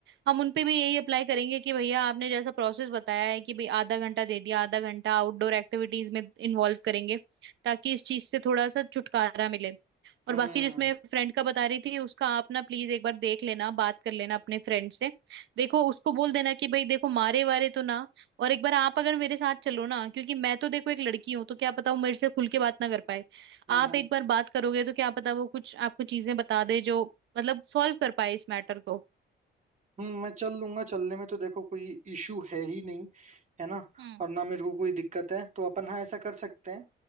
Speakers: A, on the right; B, on the right.
A: हम उन पे भी यही अप्लाई करेंगे कि भैया आपने जैसा प्रोसेस बताया है कि भाई आधा घंटा दे दिया आधा घंटा आउटडोर एक्टिविटीज में इन्वॉल्व करेंगे ताकि इस चीज से थोड़ा सा छुटकारा मिले और
B: हम्म
A: बाकी जिसमें फ्रेंड का बता रही थी उसका आप ना प्लीज एक बार देख लेना बात कर लेना अपने फ्रेंड से देखो उसको बोल देना कि भाई देखो मारे वारे तो ना और एक बार आप अगर मेरे साथ चलो ना क्योंकि मैं तो देखो एक लड़की हूँ तो क्या पता वो मेरे से खुल के बात ना कर पाए
B: हम्म
A: आप
B: हम्म
A: एक बार बात करोगे तो क्या पता वो कुछ आपको चीजें बता दे जो मतलब सॉल्व कर पाए इस मैटर को
B: हम्म, मैं चल लूंगा चलने में तो देखो कोई इशू है ही नहीं है ना
A: हम्म
B: और ना मेरे को कोई दिक्कत है तो अपन हाँ ऐसा कर सकते हैं